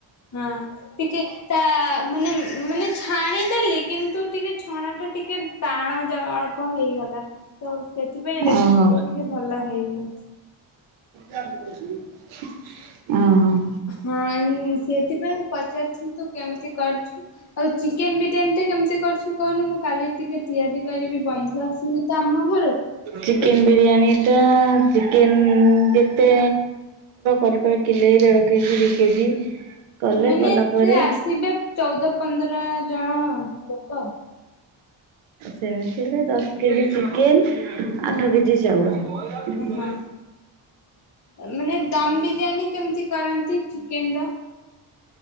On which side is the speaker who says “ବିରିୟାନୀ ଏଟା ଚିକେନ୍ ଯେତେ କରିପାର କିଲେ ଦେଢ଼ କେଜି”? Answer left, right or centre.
Right